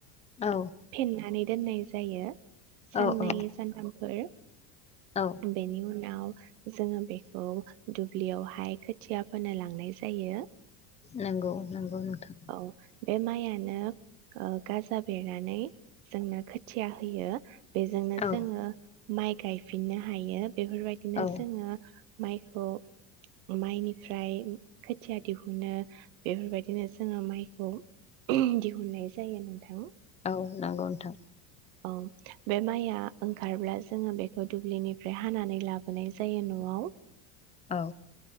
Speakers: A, on the left; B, on the right.
A: औ
B: फेरनानै दोननाय जायो। साननै
A: औ औ
B: सानथाम बो
A: औ
B: बेनि उन नाव जोङो बेखौ दुब्लियावहाय खोथिया फोनो लांनाय जायो।
A: नंगौ नंगौ नोंथां
B: औ बे माइआनो ओ गाजा बेरनानै जोंनो खोथिया होयो बेजोंनो
A: औ
B: जोङो माइ गायफिननो हायो। बेफोरबायदिनो
A: औ
B: जोङो माइखौ माइनिफ्राय खोथिया दिहुनो बेफोरबायदिनो। जोङो माइखौ दिहुननाय जायो नोंथां।
A: औ नंगौ नोथां
B: औ बे माइआ ओंखारब्ला जोङो बेखौ दुब्लिनिफ्राय हानानै लाबोनाय जायो न'आव।
A: औ